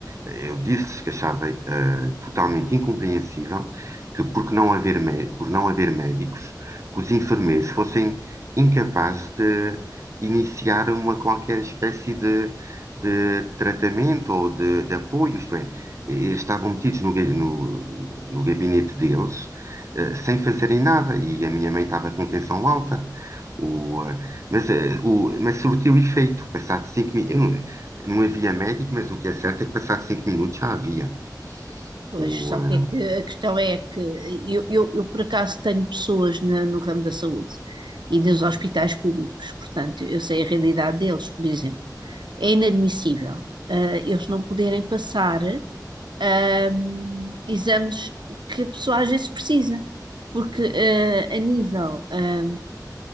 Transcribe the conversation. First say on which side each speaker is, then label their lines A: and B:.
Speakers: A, on the right (about 40°); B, on the right (about 80°).
A: eh, eu disse-lhes que achava eh, totalmente incompreensível que, por que não haver, mé- por não haver médicos, que os enfermeiros fossem incapazes de iniciar uma qualquer espécie de, de tratamento ou de, de apoio, isto é, eh, eles estavam metidos no, ga- no, no gabinete deles eh, sem fazerem nada. E a minha mãe estava com tensão alta. O, eh, mas, eh, o, mas surtiu efeito. Passado cinco minutos. Não, não havia médico, mas o que é certo é que passado cinco minutos já havia.
B: Pois,
A: O,
B: só
A: eh,
B: que é que a questão é que eu, eu, eu por acaso tenho pessoas na- no ramo da saúde e dos hospitais públicos, portanto, eu sei a realidade deles, por exemplo. É inadmissível, ah, eles não poderem passar, ah, exames que a pessoa às vezes precisa, porque, ah, a nível, ah,